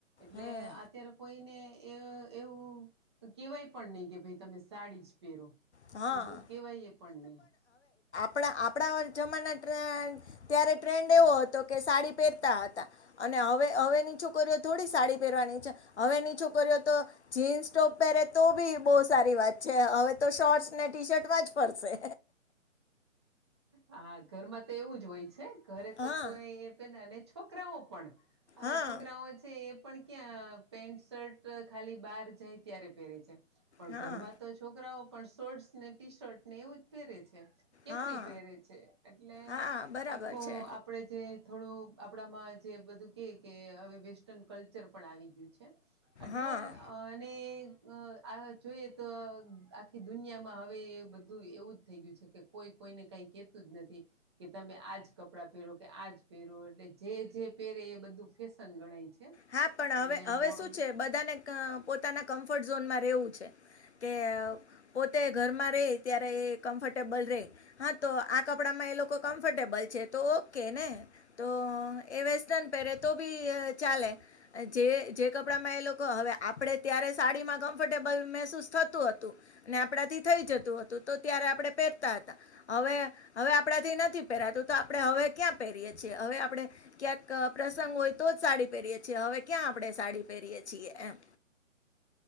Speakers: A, on the right; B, on the left.
A: એટલે
B: હમ
A: અત્યારે કોઈને એ એવું કેવાય પણ નહીિ કે ભાઈ તમે સાડી જ પે
B: હા
A: એવું બધું કેવાય પણ નહી
B: આપ આપણા જમાના ત્યારે ટ્રેન્ડ એવો હતો કે સાડી પહેરતા હતા અને હવે નીચું કર્યો થોડી સાડી પહેરવાની છે હવે નીચું કર્યો તો જીન્સ ટોપ પહેરે તો બી બહુ સારી વાત છે હવે તો શોર્ટસ ને ટી શર્ટમાં જ ફરશે
A: હા ઘરમાં તો એવું જ હોય છે ઘરે
B: હા
A: તો કોઈ પે છોકરાઓ પણ હવે
B: હા
A: છોકરાઓ છે પણ ક્યાં પેન્ટ શર્ટ ખાલી બહાર જાય ત્યારે પહેરે છે પણ
B: હા
A: ઘરમાં તો છોકરાઓ પણ શર્ટસ ને ટી શર્ટ ને એવું જ પહેરે છે
B: હા
A: પહેરે છે એટલે
B: હા બરાબર
A: આખો
B: છે
A: આપણે જે થોડું આપણામાં જે બધું કે કે હવે વેસ્ટર્ન કલ્ચર પણ આવી છે એટલેને
B: હા
A: અ આ જોઈએ તો આખી દુનિયામાં હવે બધું એવું જ થઈ ગયું છે કે કોઈ કોઈને કઈ કતું જ નથી કે તમે આજ કપડા પહેરો આજ પેરો એટલે જે જે પેરે એ બધું ફેશન ગણાય છે
B: હા પણ
A: એટલે
B: હવે હવે
A: મોડ
B: શું છે બધાને પોતાના કમ્ફર્ટ ઝોનમાં રહેેવું છે કે પોતે ઘરમાં રે ત્યારે એ કમ્ફર્ટેબલ રે હા તો આ કપડામાં લોકો કમ્ફર્ટેબલ છે તો ઓકે ને તો એ વેસ્ટર્ન પહેરે તો બી ચાલે જે જે કપડામાં એ લોકો હવે આપણે ત્યારે સાડીમાં કમ્ફર્ટેબલ મહેસૂસ થતું હતું આપણાથી થઈ જતું હતું તો ત્યારે આપણે પહેરતા હતા હવે હવે આપણાથી નથી પરાતું તો આપણે હવે ક્યાં પહેરીએ છીએ હવે આપડણે ક્યાંક પ્રસંગ હોય તો જ સાડી પહેરીએ છએ હવે ક્યાં આપડણે સાડી પહેરીયએ છીએ એમ